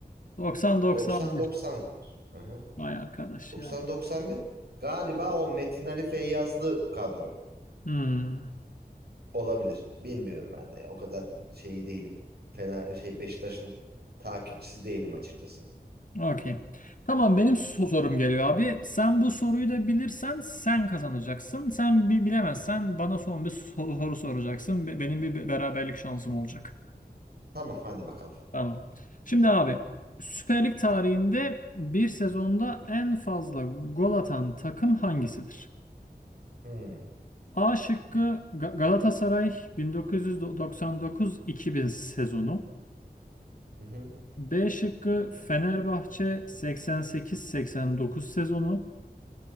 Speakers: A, on the left; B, on the right.
A: 90-91.
B: 90-90. Hı hı.
A: Vay arkadaş
B: 90-91
A: ya.
B: galiba o Metin Ali Feyyazlı kadro.
A: Hmm.
B: Olabilir. Bilmiyorum ben de. O kadar şeyi değilim. Fena şey Beşiktaş'ın takipçisi değilim açıkçası.
A: Okey. Tamam benim so- sorum geliyor abi. Sen bu soruyu da bilirsen sen kazanacaksın. Sen bi- bilemezsen bana son bir so- soru soracaksın. Be- Benim bir be- beraberlik şansım olacak.
B: Tamam hadi bakalım.
A: Tamam. Şimdi abi Süper Lig tarihinde bir sezonda en fazla gol atan takım hangisidir?
B: Hmm.
A: A şıkkı Ga- Galatasaray 1999-2000 sezonu.
B: Hı hı.
A: B şıkkı Fenerbahçe 88-89 sezonu.